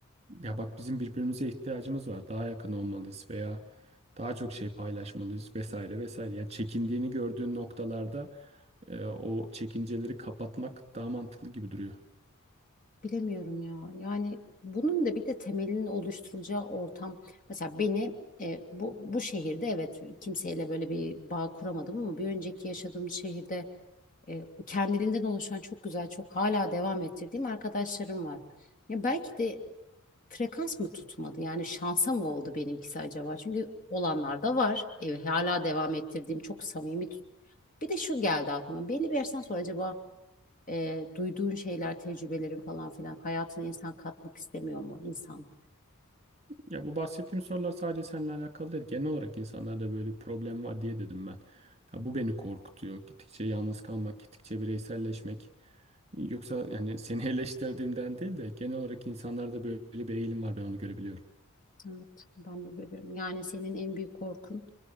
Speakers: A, on the right; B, on the left.
A: ya bak bizim birbirimize ihtiyacımız var. Daha yakın olmalıyız veya daha çok şey paylaşmalıyız vesaire vesaire. Yani çekindiğini gördüğün noktalarda e, o çekinceleri kapatmak daha mantıklı gibi duruyor.
B: Bilemiyorum ya. Yani bunun da bir de temelinin oluşturulacağı ortam. Mesela beni e, bu bu şehirde evet kimseyle böyle bir bağ kuramadım ama bir önceki yaşadığım şehirde e, kendiliğinden oluşan çok güzel, çok hala devam ettirdiğim arkadaşlarım var. Ya belki de frekans mı tutmadı? Yani şansa mı oldu benimkisi acaba? Çünkü olanlar da var. E, hala devam ettirdiğim çok samimi. tut- Bir de şu geldi aklıma. Belli bir yaştan sonra acaba e, duyduğun şeyler, tecrübelerin falan filan hayatına insan katmak istemiyor mu insan?
A: Ya bu bahsettiğim sorular sadece seninle alakalı değil. Genel olarak insanlarda böyle bir problem var diye dedim ben. Ya bu beni korkutuyor. Gittikçe yalnız kalmak, gittikçe bireyselleşmek. Yoksa yani seni <laughs> eleştirdiğimden değil de genel olarak insanlarda böyle bir eğilim var ben onu görebiliyorum.
B: Evet. Ben de görüyorum. Yani senin en büyük korkun